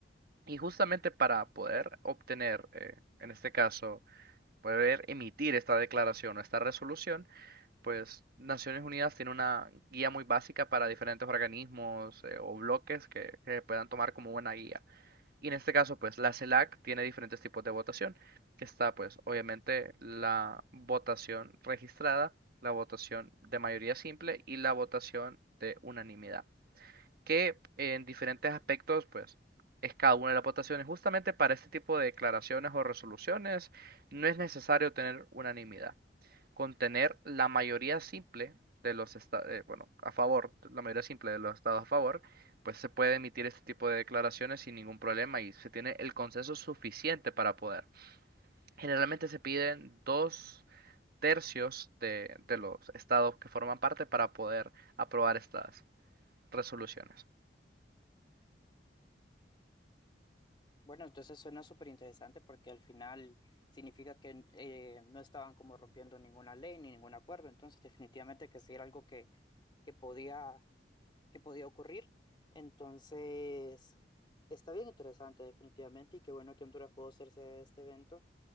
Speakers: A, on the right; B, on the left.
A: Y justamente para poder obtener, eh, en este caso, poder emitir esta declaración o esta resolución, pues Naciones Unidas tiene una guía muy básica para diferentes organismos eh, o bloques que, que puedan tomar como buena guía. Y en este caso, pues la CELAC tiene diferentes tipos de votación, que está pues obviamente la votación registrada, la votación de mayoría simple y la votación de unanimidad, que en diferentes aspectos pues es cada una de las votaciones. Justamente para este tipo de declaraciones o resoluciones no es necesario tener unanimidad contener la mayoría simple de los estados, bueno, a favor, la mayoría simple de los estados a favor, pues se puede emitir este tipo de declaraciones sin ningún problema y se tiene el consenso suficiente para poder. Generalmente se piden dos tercios de, de los estados que forman parte para poder aprobar estas resoluciones.
B: Bueno, entonces suena súper interesante porque al final significa que eh, no estaban como rompiendo ninguna ley ni ningún acuerdo, entonces definitivamente que sí era algo que, que podía, que podía ocurrir. Entonces, está bien interesante definitivamente y qué bueno que Honduras pudo hacerse este evento.